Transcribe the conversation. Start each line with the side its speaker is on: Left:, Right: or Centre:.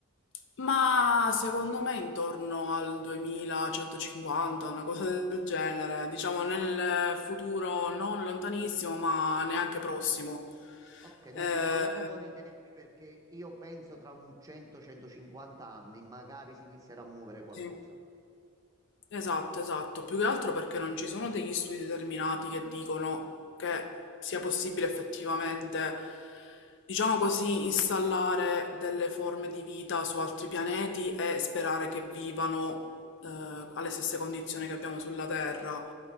Left: Ma secondo me intorno al 2150, una cosa del genere, diciamo nel futuro non lontanissimo, ma neanche prossimo.
Right: Ok, noi
Left: Eh,
Right: ci troviamo con i tempi perché io penso tra un 100-150 anni magari si inizierà a muovere qualcosa.
Left: sì, esatto, esatto. Più che altro perché non ci sono degli studi determinati che dicono che sia possibile effettivamente, diciamo così, installare delle forme di vita su altri pianeti e sperare che vivano, eh, alle stesse condizioni che abbiamo sulla Terra.